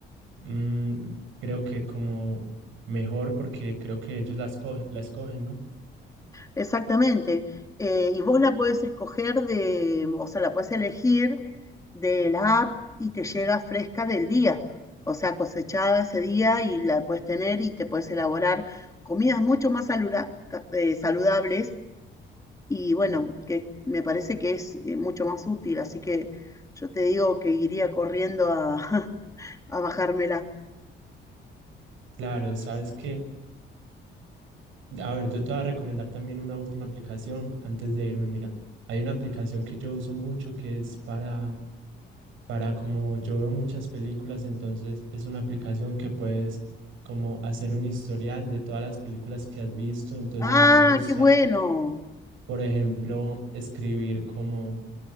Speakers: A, on the right; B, on the left.
A: Mm, creo que como mejor porque creo que ellos la, esco- la escogen, ¿no?
B: Exactamente. Eh, y vos la puedes escoger de, o sea, la puedes elegir de la app y te llega fresca del día, o sea, cosechada ese día y la puedes tener y te puedes elaborar comidas mucho más saluda- ca- eh, saludables y bueno, que me parece que es eh, mucho más útil, así que yo te digo que iría corriendo a, <laughs> a bajármela.
A: Claro, sabes que, a ver, yo te voy a recomendar también una última aplicación antes de irme. Mira, hay una aplicación que yo uso mucho que es para, para como yo veo muchas películas, entonces es una aplicación que puedes como hacer un historial de todas las películas que has visto, entonces
B: Ah,
A: a mí me gusta.
B: qué bueno.
A: Por ejemplo, escribir como